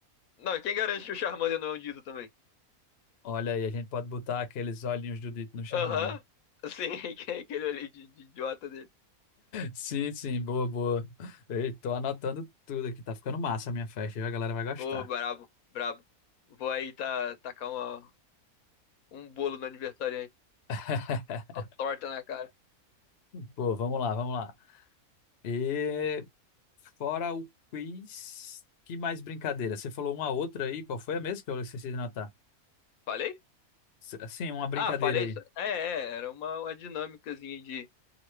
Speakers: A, on the left; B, on the left.
A: Não, e quem garante que o Charmander não é um Dito também?
B: Olha aí, a gente pode botar aqueles olhinhos do dito no charmander.
A: Aham. Sim, <laughs> que é aquele ali de, de idiota dele.
B: Sim, sim, boa, boa. Ei, tô anotando tudo aqui, tá ficando massa a minha festa, viu? a galera vai gostar.
A: Ô, brabo, brabo. Vou aí tá, tacar uma, um bolo no aniversariante.
B: <laughs>
A: Uma torta na cara.
B: Pô, vamos lá, vamos lá. E fora o quiz, que mais brincadeira? Você falou uma outra aí, qual foi a mesma que eu esqueci de anotar?
A: Falei?
B: S- Sim, uma brincadeira
A: Ah, falei
B: aí.
A: isso. É, é, era uma, uma dinâmicazinha de,